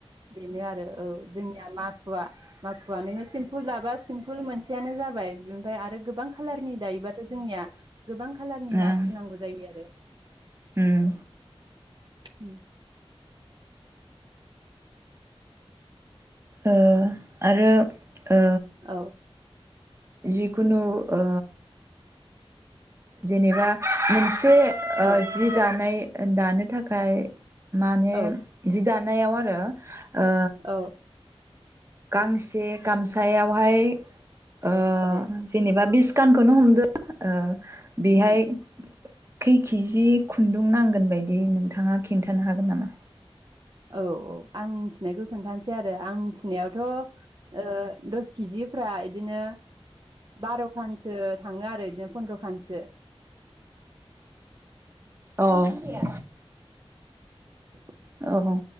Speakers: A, on the right; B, on the right.
A: बेनो आरो औ जोंनिया माखुवा माखुवा नोंङो सिम्पोल हुलाबा सिम्पोल मोनसे सेयानो जाबाय ओमफ्राय आरो गोबां खाालारनि दायोबा थ' जोंनिया गोबां खालारनि
B: ओं
A: माग फुनांगौ जायो आरो। <inaudible>
B: उम
A: उ
B: ओ आरो ओ
A: औ
B: जिखुनु ओ जेनेबा मोन से ओ
A: औ
B: जि दानाय दानो थाखाय माने
A: औ
B: जि दानायाव आरो ओ
A: औ
B: गांसे गामसायावहाय ओ
A: औ
B: जेनेबा बिस कानखौनो हमदो ओ बेहाय
A: उम
B: खै केजि खुन्दुं नांगोन बायदि नोंथाङा खिन्थानो हागोन नामा
A: औ औ आं मिथिनायखौ खोनथानोासै आरो आं मिथि नियावथ' दस केजिफ्रा बिदिनो बार'खानसो थांङो आरो बिदिनो फन्द्र'खानसो
B: अ बे
A: <inaudible>
B: औ